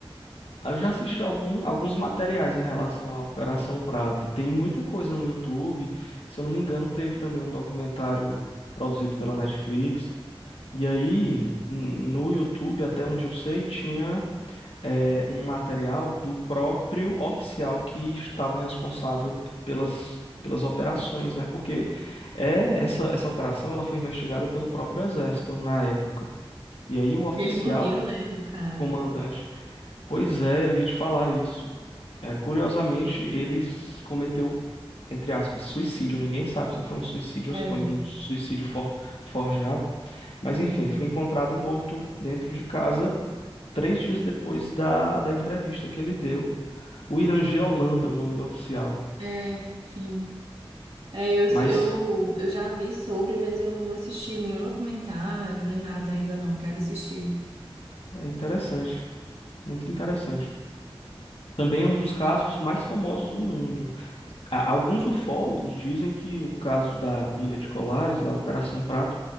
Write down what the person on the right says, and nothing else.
E ele morreu, né, o cara?
É.
Uhum.
É, sim. É, eu,
eu, eu já vi sobre, mas eu não assisti nenhum documentário, nem nada ainda não. Quero assistir.